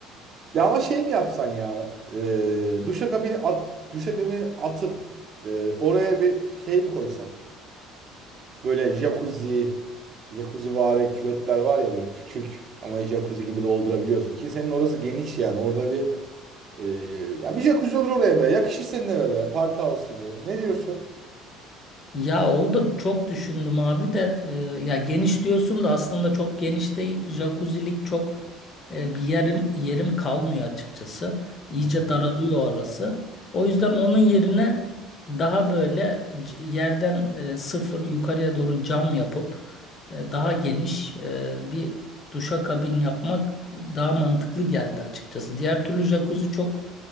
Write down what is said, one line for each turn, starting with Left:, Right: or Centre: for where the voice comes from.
Right: Ya ama şey mi yapsan ya? E, duşakabini at, duşakabini atıp e, oraya bir şey mi koysak? Böyle jacuzzi, jacuzzi vari küvetler var ya böyle küçük ama jacuzzi gibi doldurabiliyorsun ki senin orası geniş yani. Orada bir Ee, ya bir jacuzzi olur oraya be. Yakışır senin eve be. Party house gibi. Ne diyorsun?
Left: Ya o da çok düşündüm abi de e, ya geniş diyorsun da aslında çok geniş değil. Jacuzzilik çok e, bir yerim yerim kalmıyor açıkçası. İyice
Right: Hı hı.
Left: daralıyor orası. O yüzden onun yerine daha böyle c- yerden e, sıfır yukarıya doğru cam yapıp e, daha geniş e, bir duşakabin yapmak daha mantıklı geldi açıkçası. Diğer türlü jacuzzi çok